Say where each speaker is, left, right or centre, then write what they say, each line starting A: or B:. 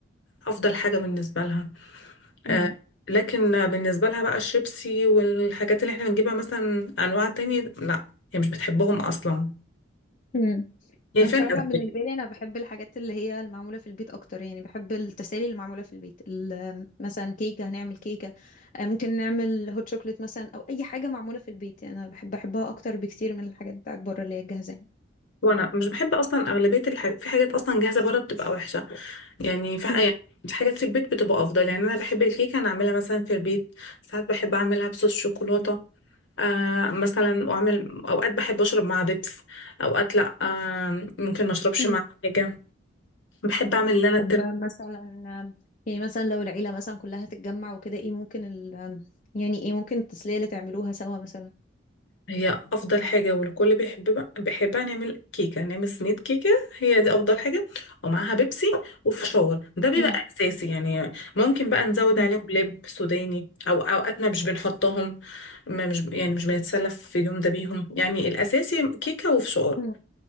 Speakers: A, on the left; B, on the left.
A: افضل حاجه بالنسبه لها آه
B: مم.
A: لكن بالنسبه لها بقى الشيبسي والحاجات اللي احنا بنجيبها مثلا انواع تانية لا هي مش بتحبهم اصلا
B: مم.
A: هي
B: انا
A: فعلا
B: بصراحه
A: أغلبية
B: بالنسبه لي انا بحب الحاجات اللي هي المعموله في البيت اكتر يعني بحب التسالي اللي معموله في البيت ال- مثلا كيكه هنعمل كيكه آه، ممكن نعمل هوت شوكليت مثلا او اي حاجه معموله في البيت يعني انا بحب احبها اكتر بكتير من الحاجات بتاعت بره اللي هي الجاهزه يعني.
A: وانا مش بحب اصلا اغلبيه الح... في حاجات اصلا جاهزه بره بتبقى وحشه يعني في ح-
B: مم.
A: يعني في حاجات في البيت بتبقى افضل يعني انا بحب الكيكه انا اعملها مثلا في البيت ساعات بحب اعملها بصوص شوكولاته آه مثلا واعمل اوقات بحب اشرب مع بيبس اوقات لا آه ممكن ما اشربش
B: مم.
A: مع حاجه بحب اعمل اللي انا
B: طب مثلا آم، يعني مثلا لو العيله مثلا كلها تتجمع وكده ايه ممكن ال آم، يعني ايه ممكن التسليه اللي تعملوها سوا مثلا
A: هي افضل حاجه والكل بيحب بيحبها نعمل كيكه نعمل صينيه كيكه هي دي افضل حاجه ومعاها بيبسي وفشار ده بيبقى
B: مم.
A: اساسي يعني ممكن بقى نزود
B: مم.
A: عليهم لب سوداني او اوقاتنا مش بنحطهم ما مش يعني مش بنتسلف في اليوم ده بيهم يعني الاساسي كيكه وفشار
B: مم.